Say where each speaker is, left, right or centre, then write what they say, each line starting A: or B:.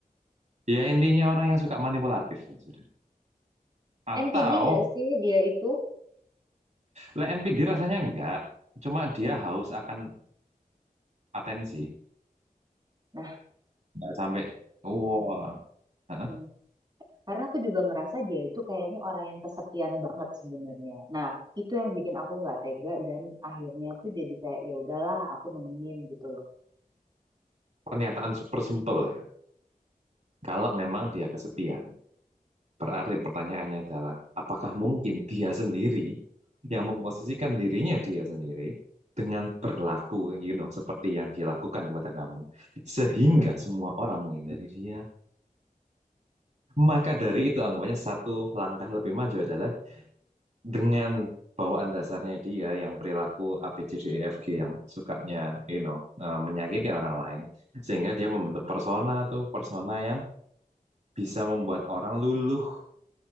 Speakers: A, on the right (about 50°); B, on the right (about 30°).
A: ya intinya orang yang suka manipulatif lah sudah atau
B: NPD nggak sih dia itu?
A: like NPD rasanya enggak cuma dia haus akan atensi
B: Nah,
A: enggak sampai wah Hah?
B: a- Karena aku juga ngerasa dia itu kayaknya orang yang kesepian banget sebenarnya. Nah, itu yang bikin aku nggak tega dan akhirnya tuh jadi kayak ya udahlah aku nemenin gitu loh.
A: pernyataan super simple ya kalau memang dia kesepian Berarti pertanyaannya adalah, apakah mungkin dia sendiri yang memposisikan dirinya dia sendiri dengan berlaku, you know, seperti yang dia lakukan kepada kamu, sehingga semua orang menghindari dia. Maka dari itu anggapannya satu langkah lebih maju adalah dengan bawaan dasarnya dia yang perilaku ABCDEFG yang sukanya, you know, eh, menyakiti orang lain, sehingga dia membentuk persona tuh, persona yang bisa membuat orang luluh